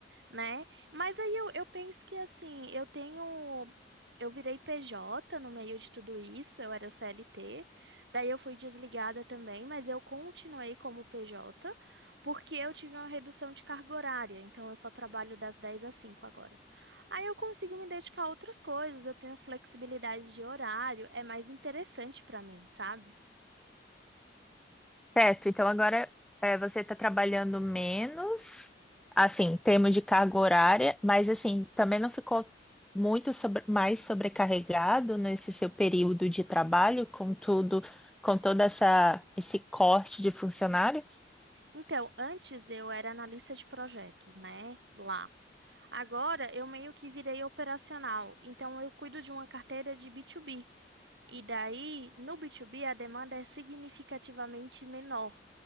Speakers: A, on the right; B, in the centre.
A: né? Mas aí eu, eu penso que assim, eu tenho. Eu virei PJ no meio de tudo isso, eu era CLT, daí eu fui desligada também, mas eu continuei como PJ, porque eu tive uma redução de carga horária, então eu só trabalho das 10 às 5 agora. Aí eu consigo me dedicar a outras coisas, eu tenho flexibilidade de horário, é mais interessante pra mim, sabe?
B: Certo, então agora é, você está trabalhando menos, assim, em termos de carga horária, mas assim, também não ficou muito sobre- mais sobrecarregado nesse seu período de trabalho, com tudo, com toda essa esse corte de funcionários?
A: Então, antes eu era analista de projetos, né? Lá. Agora eu meio que virei operacional, então eu cuido de uma carteira de B2B. E daí, no B2B, a demanda é significativamente menor,